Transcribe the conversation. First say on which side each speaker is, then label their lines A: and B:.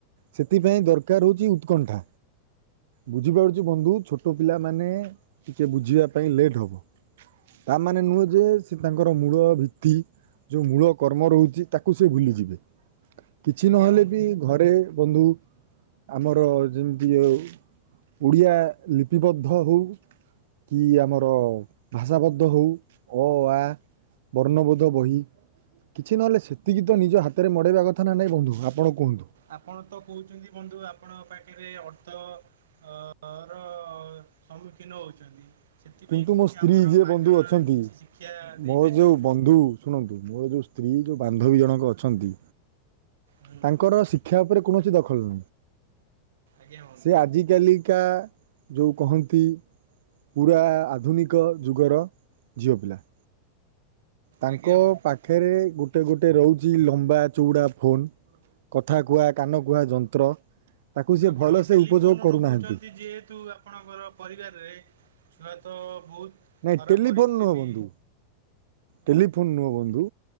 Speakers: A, on the right; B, on the right.
A: ସେଥିପାଇଁ ଦରକାର ହେଉଛି, ଉତ୍କଣ୍ଠା। ବୁଝିପାରୁଛି ବନ୍ଧୁ, ଛୋଟ ପିଲାମାନେ, ଟିକେ ବୁଝିବା ପାଇଁ ଲେଟ୍ ହେବ। ତାମାନେ ନୁହେଁ ଯେ, ସେ ତାଙ୍କର ମୂଳ ଭିତ୍ତି, ଯେଉଁ ମୂଳ କର୍ମ ରହୁଛି ତାକୁ ସେ ଭୁଲିଯିବେ। କିଛି
B: ଆଜ୍ଞା
A: ନହେଲେ
B: ବନ୍ଧୁ
A: ବି, ଘରେ ବନ୍ଧୁ! ଆମର, ଯେମିତି ଆଉ ଓଡ଼ିଆ ଲିପିବଦ୍ଧ ହେଉ କି ଆମର, ଭାଷାବଦ୍ଧ ହେଉ, ଅ, ଆ, ବର୍ଣ୍ଣବୋଧ ବହି, କିଛି ନହେଲେ ସେତିକି ତ ନିଜ ହାତରେ ମଡ଼ାଇବା କଥା ନା ନାହିଁ ବନ୍ଧୁ, ଆପଣ କୁହନ୍ତୁ
B: ଆପଣ ତ କହୁଛନ୍ତି ବନ୍ଧୁ, ଆପଣ ପା ଏ ଅର୍ଥ ଅ ର ସମ୍ମୁଖୀନ ହଉଛନ୍ତି। ସେଥିପାଇଁ
A: କିନ୍ତୁ
B: କହୁଛି
A: ମୋ ସ୍ତ୍ରୀ
B: ଆମର
A: ଯିଏ
B: ମାଗଣା
A: ବନ୍ଧୁ ଅଛନ୍ତି,
B: କିଛି ଶିକ୍ଷା ଦେଇପାରିବେ
A: ମୋର ଯୋଉଁ ବନ୍ଧୁ ଶୁଣନ୍ତୁ, ମୋର ଯୋଉଁସ୍ତ୍ରୀ ଯୋଉଁ ବାନ୍ଧବୀ ଜଣକ ଅଛନ୍ତି।
B: ହୁଁ
A: ତାଙ୍କର ଶିକ୍ଷା ଉପରେ କୌଣସି ଦ ଫଲୁ।
B: ଆଜ୍ଞା ବନ୍ଧୁ
A: ସେ ଆଜିକାଲିକା, ଯେଉଁ କହନ୍ତି ପୁରା, ଆଧୁନିକ ଯୁଗର ଝିଅ ପିଲା। ତାଙ୍କ,
B: ଆଜ୍ଞା ବନ୍ଧୁ
A: ପାଖରେ, ଗୋଟେ ଗୋଟେ ଗ ରହୁଛି ଲମ୍ବା, ଚଉଡ଼ା, ଫୋନ୍, କଥା କୁହା, କାନ କୁହା, ଯନ୍ତ୍ର, ତାକୁ ସିଏ
B: ଆପଣ
A: ଭଲସେ
B: ଟେଲିଫୋନ
A: ଉପଯୋଗ କରୁନାହାନ୍ତି
B: ରଖୁଛନ୍ତି ଯେହେତୁ, ଆପଣଙ୍କର ପରିବାରରେ, ଛୁଆ ତ ବହୁତ
A: ନାଇଁ
B: ଖରାପ
A: ଟେଲିଫୋନ
B: ପରିସ୍ଥିତି
A: ନୁହଁ ବନ୍ଧୁ, ଟେଲିଫୋନ୍ ନୁହଁ ବନ୍ଧୁ,